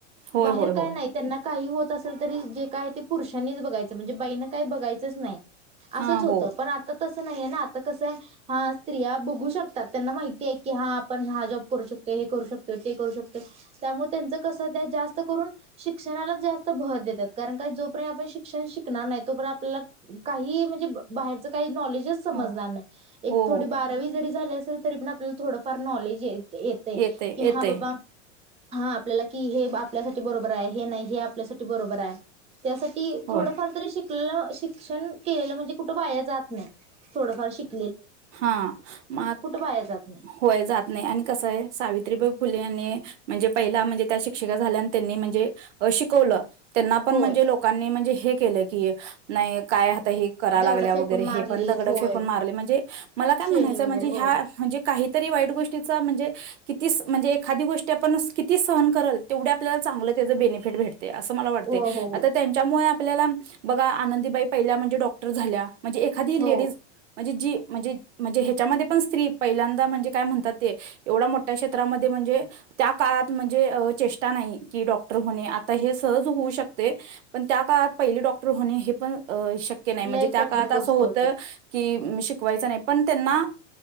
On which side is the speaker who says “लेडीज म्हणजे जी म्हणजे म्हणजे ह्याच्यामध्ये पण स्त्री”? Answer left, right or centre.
Right